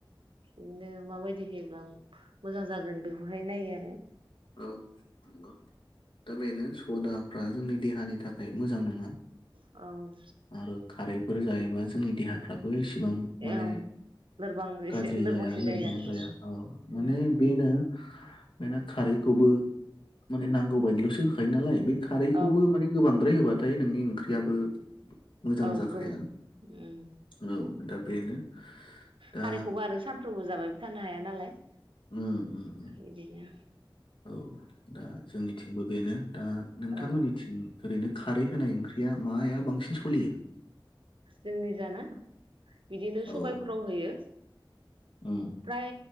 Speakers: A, on the right (about 80°); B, on the left (about 75°).
A: बिदिनो माबायदि होयोब्ला मोजां जागोन बेखौहाय नायो आरो।
B: औ नंगौ दा बेनो। सदाफ्रा जोंनि देहानि थाखाय मोजां नङा।
A: औ
B: आरो खारैफोर जायोबा जोंनि देहाफ्राबो एसेबां माने
A: औ लोरबां
B: गाज्रि
A: एसे लोरबांसिन
B: जाया लोरबां
A: जायो आरो
B: जाया औ माने
A: उम उम
B: बेनो। बेनो खारैखौबो। माने नांगौ बायदिल'सो। खानालाय बे खारैखौबो
A: औ
B: माने गोबांद्राय होबा थाय नोंनि ओंख्रियाबो मोजां
A: औ
B: जाखाया
A: गोबाव ओम
B: औ दा बेनो दा
A: खारैखौबो आरो सानफ्रोमबो जाबायल थानो हाया नालाय
B: उम
A: बिदिनो
B: औ दा जोंनिथिंबो बेनो दा नोंथांमोननिथिं
A: औ
B: ओरैनो खारै होनाय ओंख्रिया माया बांसिन सलियो
A: जोंनि जाना बिदिनो सबायफोराव
B: औ
A: होयो।
B: उम
A: प्राय